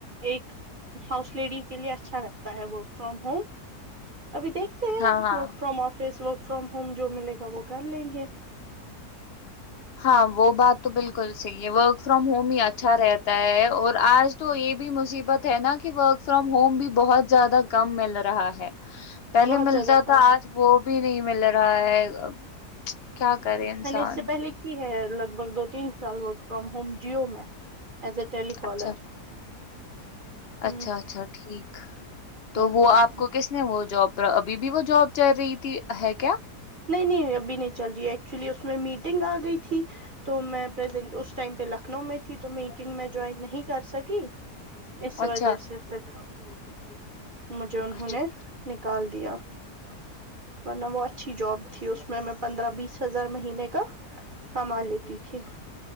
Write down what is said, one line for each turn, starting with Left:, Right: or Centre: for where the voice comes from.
Right: ایک ہاؤس لیڈی کے لیے اچھا رہتا ہے ورک فرام ہوم ابھی دیکھتے ہیں
Left: ہاں ہاں
Right: work from office work from home جو ملے گا وہ کر لیں گے
Left: ہاں وہ بات تو بالکل صحیح ہے ورک فرام ہوم ہی اچھا رہتا اور آج تو یہ بھی مصیبت ہے نا کہ ورک فرام ہوم بھی بہت زیادہ کم مل رہا ہے پہلے
Right: بہت
Left: ملتا
Right: زیادہ کام
Left: تھا آج وہ بھی نہیں مل رہا ہے کیا کرے انسان
Right: میں نے اس سے پہلے کی ہے لگ بھگ دو تین سال ورک فرام جیو میں ایز ا ٹیلی کالر
Left: اچھا
Right: ہ
Left: اچھا اچھا ٹھیک تو
Right: ہ
Left: وہ
Right: ہ
Left: آپ
Right: ہ
Left: کو کس نے وہ جاب بی بیی وہ جاب چ رہی ت ہے کیا
Right: نہیں نہیں ابھی نہیں چل رہی ہے ایکچولی اس میں میٹنگ آ گئی تھی تو میں پرزینٹ اس ٹائم پہ لکھنؤ میں تھی تو میٹنگ میں جوائن نہیں کر سکی اس
Left: اچھا
Right: وجہ سے پھر <inaudible> مجھے انہوں
Left: اچھا
Right: نے نکال دیا دیا ورنہ وہ اچھی جاب تھی اس میں میں پندرہ بیس ہزار مہینے کا کما لیتی تھی